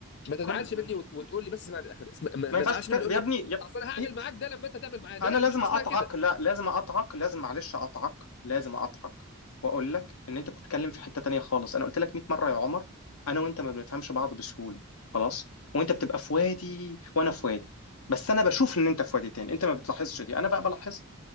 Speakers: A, on the left (about 50°); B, on the left (about 80°).
A: ما تزعلش
B: كل ماشي
A: مني وت- وتقول لي بس اسمعني للاخر اسم- ما
B: ما
A: ما
B: ينفعش
A: تزعلش
B: تتكلم
A: مني تقول
B: يا
A: لي
B: ابني يا...
A: اصل انا هعمل
B: إيه؟
A: معاك ده لما انت تعمل معايا ده
B: انا
A: لا
B: لازم
A: مفيش حاجه
B: اقطعك
A: اسمها كده
B: لا لازم اقطعك لازم معلش اقطعك لازم اقطعك واقول لك ان انت بتتكلم في حتة تانية خالص انا قلت لك 100 مرة يا عمر انا وانت ما بنفهمش بعض بسهولة خلاص وانت بتبقى في وادي وانا في وادي بس انا بشوف ان انت في وادي تاني انت ما بتلاحظش دي انا بقى بلاحظها